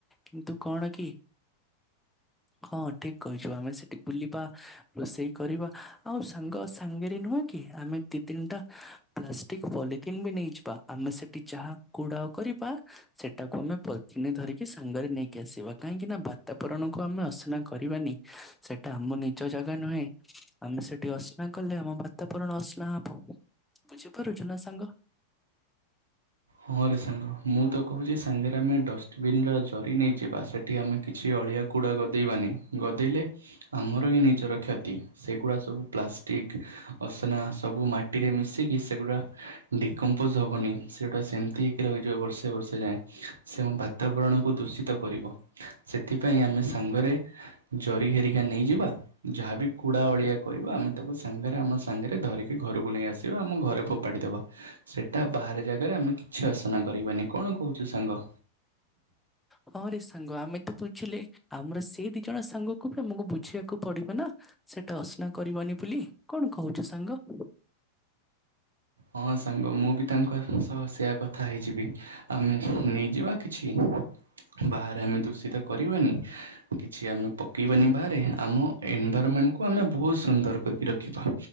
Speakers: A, in the centre; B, on the right (about 70°).
A: କିନ୍ତୁ କଣ କି ହଁ ଠିକ କହିଛୁ ଆମେ ସେଠି ବୁଲିବା ରୋଷେଇ କରିବା ଆଉ ସାଙ୍ଗ ସାଙ୍ଗରେ ନୁହେଁ କି ଆମେ ଦି ତିନିଟା ପ୍ଲାଷ୍ଟିକ ପଲିନ୍ ବି ନେଇଯିବା ଆମେ ସେଠି ଯାହା କୁଡ କରିବା ସେଟାକୁ ଆମେ ପଲ୍ଥିନ ରେ ଧରିକି ସାଙ୍ଗରେ ନେଇକି ଆସିବା କାହିଁକି ନା ବାତାବରଣ କକୁ ଆମେ ଅସନା କରିବାନି। ସେଟା ଆମ ନିଜ ଜାଗା ନୁହେଁ। ଆମେ ସେଠି ଅସ୍ନା କଲେ ଆମ ବାତାବରଣ ଅସ୍ନା ହବ ବୁଝିପାରୁଛୁ ନା ସାଙ୍ଗ।
B: ହଁ ରେ ସାଙ୍ଗ ମୁଁ ତ କହୁଛି ସାଙ୍ଗରେ ଆମେ ଡଷ୍ଟବିନ ର ଜରି ନେଇଯିବା ସେ ଏଠି ଆମେ କିଛି ଅଳିଆ କୁଡ଼ା ଗଦେଇବାନି ଗଦେଇଲେ ଆମର ହିଁ ନିଜର କ୍ଷତି ସେଗୁଡା ସବୁ ପ୍ଲାଷ୍ଟିକ ଅସନା ସବୁ ମାଟିରେ ମିଶିକି ସେଗୁଡା ଡିକମ୍ପୋଜ ହବନି ସେ ଟା ସେମିତି ହେଇି ରହିଯିବ ବର୍ଷେ ବର୍ଷେ ଯାଏଁ ସେ ବାତାବରଣକୁ ଦୂଷିତ କରିବ। ସେଥିପାଇଁ ଆମେ ସାଙ୍ଗରେ ଜରି ଘେରିକା ନେଇଯିବା ଯାହାବି କୁଡା ଅଳିଆ କହିବ ଆମେ ତାକୁ ସାଙ୍ଗରେ ଆମ ସାଙ୍ଗରେ ଧରିକି ଘରକୁ ନେଇ ଆସିବା ଆମ ଘରେ ଫୋ ପାଡିଦେବା ସେଟା ବାହାରେ ଯା ଆରେ ଆମେ କିଛି ଆସନା କରିବାନି କଣ କହୁଛୁ ସାଙ୍ଗ?
A: ହଁ ରେ ସାଙ୍ଗ ଆମେ ତ ବୁଝିଲେ ଆମର ସେଇ ଦି ଜଣ ସାଙ୍ଗକୁ ବି ଆମକୁ ବୁଝିବାକୁ ପଡିବ ନା। ସେଟା ଅସ୍ନା କରିବନି ବୋଲି କଣ କହୁଛୁ ସାଙ୍ଗ?
B: ହଁ ସାଙ୍ଗ ମୁଁ ବି ତାଙ୍କ ସହ ସେୟା କଥା ହେଇଯିବି। ଆମେ ନେଇଯିବା କିଛି ବାହାରେ ଆମେ ଦୂଷିତ କରିବାନି କିଛି ଆମେ ପକେଇବାନି ବାହାରେ ଆମ ଏନଭରମେଣ୍ଟକୁ ଆମେ ବହୁତ ସୁନ୍ଦର କରିକି ରଖିବା।